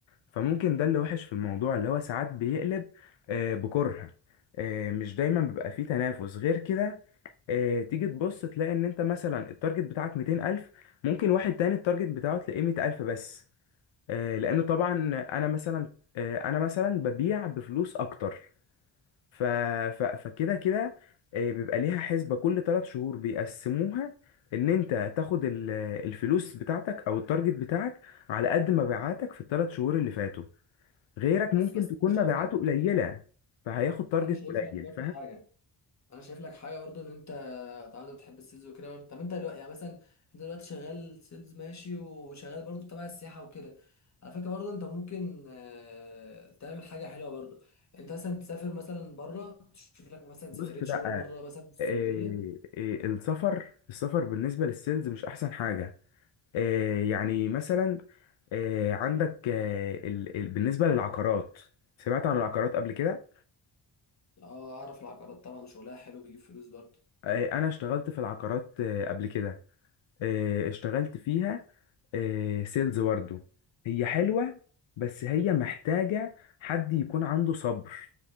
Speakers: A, on the left; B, on the left.
A: فممكن ده اللي وحش في الموضوع اللي هو ساعات بيقلب آه، بكره آه، مش دايما بيبقى فيه تنافس غير كده آه، تيجي تبص تلاقي ان انت مثلا التارجت بتاعك 200,000 ممكن واحد تاني التارجت بتاعه تلاقيه 100,000 بس آه، لان طبعا انا مثلا آه، انا مثلا ببيع بفلوس اكتر ف... ف... فكده كده آه، بيبقى ليها حسبة كل ثلاث شهور بيقسموها ان انت تاخد ال- الفلوس بتاعتك او التارجت بتاعك على قد مبيعاتك في الثلاث شهور اللي فاتوا غيرك
B: بص
A: ممكن
B: بس
A: تكون
B: انا شايف
A: مبيعاته
B: لك
A: قليلة فهياخد تارجت
B: انا شايف
A: قليل
B: لك برضو حاجه انا شايف لك حاجه برضو ان طبعا انت بتحب السيلز وكده طب انت دلوقتي يعني مثلا انت دلوقتي شغال سيلز ماشي وشغال برضو تبع السياحه وكده على فكره برضو انت ممكن آه، تعمل حاجه حلوه برضو انت مثلا تسافر مثلا بره تشوف لك مثلا
A: بص
B: سفريه
A: لا
B: شغل مره مثلا في السعوديه
A: إيه إيه السفر السفر بالنسبة للسيلز مش أحسن حاجة إيه يعني مثلا إيه عندك إيه ال ال بالنسبة للعقارات سمعت عن العقارات قبل كده
B: اه اعرف العقارات طبعا شغلها حلو بيجيب فلوس برضو
A: إيه أنا اشتغلت في العقارات إيه قبل كده إيه اشتغلت فيها إيه سيلز برضه هي حلوة بس هي محتاجة حد يكون عنده صبر